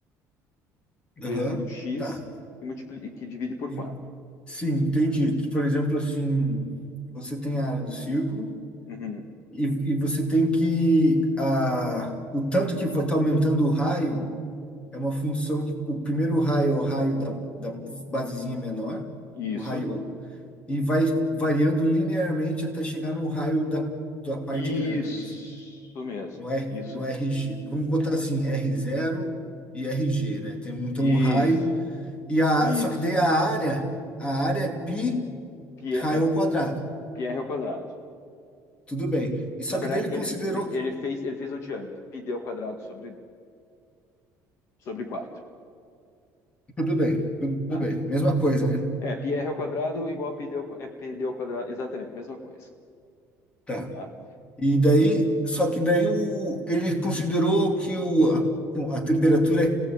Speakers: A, on the left; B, on the left.
A: vezes
B: aham,
A: o x
B: tá.
A: que multipli- que divide por
B: En-
A: quatro.
B: Sim, entendi. Por exemplo, assim, você tem a área do círculo.
A: Uhum.
B: E, e você tem que. ah, o tanto que está aumentando o raio é uma função que o primeiro raio é o raio da, da basezinha menor,
A: Isso.
B: o raio, e vai variando linearmente até chegar no raio da, da parte
A: Isso
B: grande, é isso?
A: mesmo.
B: No R,
A: Isso.
B: no RG. Vamos botar assim, r zero e RG, né? Tem um- então
A: Isso.
B: o raio e a
A: Isso.
B: só que daí a área, a área é π
A: Pi
B: raio
A: é, é
B: ao quadrado.
A: pi r ao quadrado.
B: Tudo bem. E só
A: Na verdade,
B: que daí ele
A: ele,
B: considerou
A: ele, ele fez, ele fez o diâmetro, πd ao quadrado sobre, sobre quatro
B: Tudo bem, tudo
A: tá?
B: bem. Mesma coisa, né?
A: É, πr ao quadrado igual a πd ao, é πd ao quadrado, exatamente, mesma coisa,
B: Tá.
A: tá?
B: E daí, só que daí o, ele considerou que o, a, a temperatura